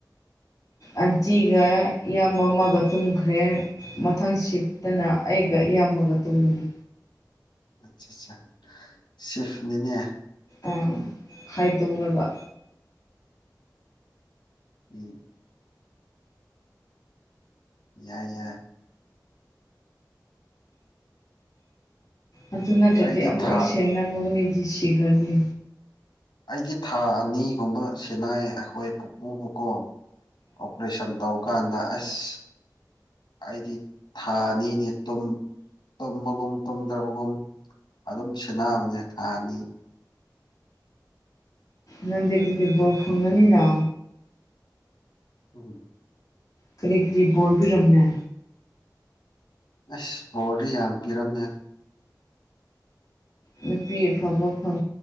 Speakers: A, on the left (about 85°); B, on the left (about 50°).
A: <inaudible>
B: ꯑꯟꯇꯤꯒ ꯏꯌꯥꯝꯕ ꯑꯃꯒ ꯇꯨꯝꯈ꯭ꯔꯦ ꯃꯊꯪ ꯁꯤꯠꯇꯅ ꯑꯩꯒ ꯏꯌꯥꯝꯕ ꯃꯒ ꯇꯨꯝꯒꯅꯤ
A: ꯑꯆꯥ ꯑꯆꯥ ꯁꯤꯐꯅꯤꯅꯦ
B: ꯑꯥ ꯈꯥꯏꯗꯣꯛ ꯔꯒ
A: ꯎꯝ ꯌꯥꯏ ꯌꯥꯏ
B: ꯑꯗꯨ ꯅꯠꯇ꯭ꯔꯗꯤ
A: ꯑꯩꯗꯤ
B: ꯑꯃꯨꯛ
A: ꯊꯥ
B: ꯁꯦꯟꯅꯕ ꯃꯤꯗꯤ ꯁꯤꯈ꯭ꯔꯅꯤ
A: ꯑꯩꯗꯤ ꯊꯥ ꯑꯅꯤꯒꯨꯝꯕ ꯁꯤꯅꯥꯏ ꯑꯩꯈꯣꯏ ꯄꯨꯄꯨꯕꯨꯀꯣ ꯑꯣꯄꯔꯦꯁꯟ ꯇꯧꯀꯥꯟꯗ ꯑꯦꯁ ꯑꯩꯗꯤ ꯊꯥꯅꯤꯅꯤ ꯇꯨꯝ ꯇꯨꯝꯕꯒꯨꯝ ꯇꯨꯝꯗ꯭ꯔꯕꯒꯨꯝ ꯑꯗꯨꯝ ꯁꯦꯟꯅꯕꯅꯦ ꯊꯥ ꯑꯅꯤ
B: ꯅꯡꯗꯤ ꯑꯗꯨꯗꯤ ꯕꯣꯔ ꯐꯪꯉꯅꯤꯅ
A: ꯎꯝ
B: ꯀꯔꯤ ꯀꯔꯤ ꯕꯣꯔꯄꯤꯔꯝꯃꯦ
A: ꯑꯁ ꯕꯣꯔꯗꯤ ꯌꯥꯝ ꯄꯤꯔꯝꯃꯦ
B: ꯅꯨꯄꯤ ꯑꯐꯕ ꯐꯕ